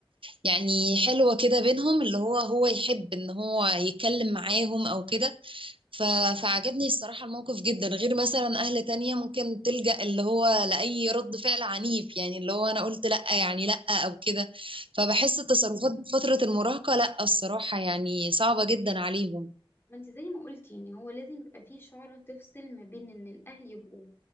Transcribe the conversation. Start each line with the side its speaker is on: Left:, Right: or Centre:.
Right: يعني حلوه كده بينهم اللي هو هو يحب ان هو يتكلم معاهم او كده ف... فعجبني الصراحه الموقف جدا غير مثلا اهل تانية ممكن تلجأ اللي هو لاي رد فعل عنيف يعني اللي هو انا قلت لا يعني لا او كده فبحس التصرفات في فتره المراهقه لا الصراحه يعني صعبه جدا عليهم
Left: ما انت زي ما قلتي ان هو لازم يبقى فيه شعرة تفصل ما بين ان الاهل يبقوا